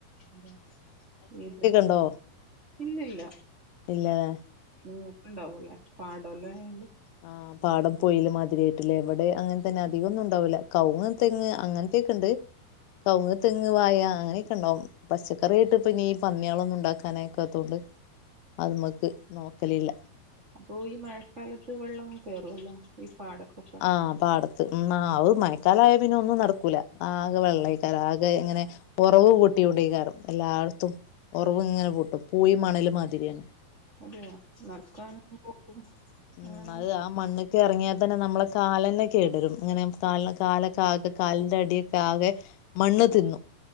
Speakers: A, on the right (about 40°); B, on the left (about 85°).
A: ഇതാ ഇത്
B: ഉണ്ടോ
A: ഇല്ല്യല്ല
B: ഇല്ലല്ലേ
A: ഉം ഇപ്പണ്ടാവൂല്ലേ പാടല്ലോയാണ്ട്
B: ആഹ് പാടം പോയില് മതിരി കെട്ട് ലേര്ന്നു ഇബടെ അങ്ങൻ തെന്നെ അധികൊന്നു ണ്ടാവൂല്ല കവുങ്, തെങ്ങ് അങ്ങൻത്തെക്കെ ണ്ട്. കവ്ങ്, തെങ്ങ്, വാഴ അങ്ങനെക്കെ ണ്ടാവും. പച്ചക്കറ്യായിട്ട് പ്പഞീ പന്ന്യെളൊന്നു ണ്ടാക്കാനയക്കാത്തൊണ്ട് അത് മക്ക് നോക്കലില്ല.
A: അപ്പൊ ഈ മഴക്കാലത്ത് വെള്ളം കേറുവല്ലോ ഈ പാടക്കൊ
B: ആഹ് പാട ത്ത് ഉം ആഹ് ഒരു മയക്കാലായാ പിന്നെ ഒന്നും നടക്കൂല ആകെ വെള്ളേക്കാരം ആകെ ഇങ്ങനെ ഒറവ് പൊട്ട്യൊണ്ടേകാരം എല്ലാട്ത്തും ഒറവ്ങ്ങനെ പൊട്ടും പൂയി മണല് മാതിര്യാണ്.
A: അതെയോ നടക്കാന <unintelligible>
B: ഉം അത്
A: <unintelligible>
B: ആ മണ്ണ്ക്ക് എറങ്ങ്യാ തന്നെ നമ്മളെ കാലെന്നെ കേടരും ഇങ്ങനെ കാലക്കാലക്കാകെ കാലിൻ്റട്യൊക്കാകെ മണ്ണ് തിന്നും